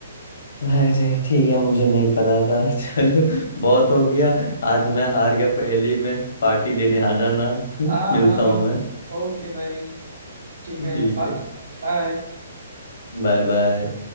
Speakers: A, on the left (about 75°); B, on the right (about 85°).
A: अरे ठीक है मुझे नहीं पता था <laughs> चलो बहुत हो गया
B: हाँ
A: आज मैं हार गया पहेली में पार्टी लेने आ जाना <laughs>
B: हाँ
A: मिलता
B: हाँ
A: हूँ मैं
B: ओके भाई ठीक
A: <laughs>
B: है
A: ठीक
B: बा-
A: है
B: बाय
A: बाय बाय